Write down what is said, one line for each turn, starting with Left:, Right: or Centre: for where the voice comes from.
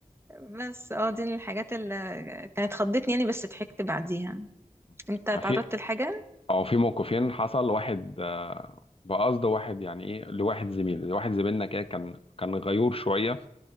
Right: بس اه دي من الحاجات اللي كانت خضتني يعني بس ضحكت بعديها انت
Left: <laughs>
Right: اتعرضت
Left: في
Right: لحاجه
Left: او في موقفين حصل واحد آه، بقصد واحد يعني ايه لواحد زميل واحد زميلنا كده كان كان غيور شويه